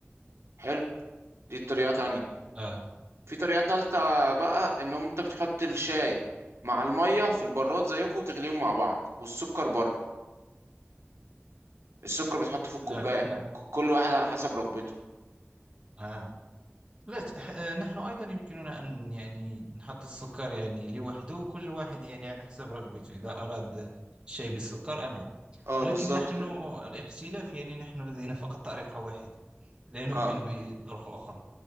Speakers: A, on the right (about 75°); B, on the right (about 20°).
A: حلو دي طريقة تانية
B: آه.
A: في طريقة تالتة بقى ان هم- انت بتحط الشاي مع المية في البراد زيكم وتغليهم مع بعض والسكر بره السكر بتحطه في الكوباية
B: لا احنا
A: ك- كل واحد على حسب رغبته
B: آه. لا ت- ح- آه، نحن أيضا يمكننا أن يعني نحط السكر يعني لوحده وكل واحد يعني على حسب رغبته إذا أراد شيء بالسكر أم لا
A: اه
B: ولكن
A: بالظبط
B: نحن
A: كده
B: الاختلاف يعني نحن لدينا فقط طريقة واحدة لا نؤمن
A: اه
B: بطرق أخرى